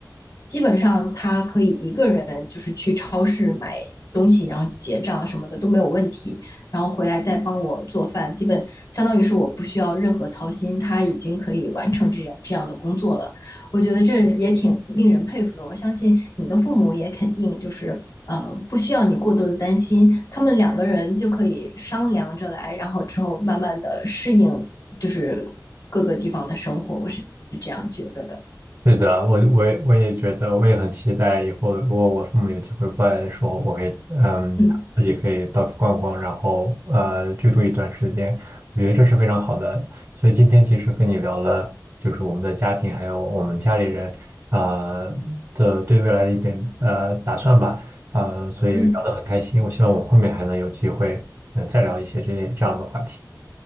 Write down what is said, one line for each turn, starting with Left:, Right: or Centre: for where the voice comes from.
Left: 基本上她可以一个人就是去超市买东西，然后结账什么的都没有问题。然后回来再帮我做饭，基本相当于是我不需要任何操心，他已经可以完成这样这样的工作了。我觉得这也挺令人佩服的。我相信你的父母也肯定就是呃不需要你过多的担心，他们两个人就可以商量着来，然后之后慢慢的适应就是各个地方的生活。我是是这样觉得的。
Right: 是的，我我也我也觉得，我也很期待以后，如果我父母有机会过来的时候，我可以，嗯，
Left: 嗯
Right: 自己可以到处逛逛，然后呃居住一段时间，我觉得这是非常好的。所以今天其实跟你聊了，就是我们的家庭，还有我们家里人啊、呃的对未来的一点呃打算吧，呃，所以聊得很开心。
Left: 嗯，
Right: 我希望我们后面还能有机会，呃，再聊一些这些这样的话题。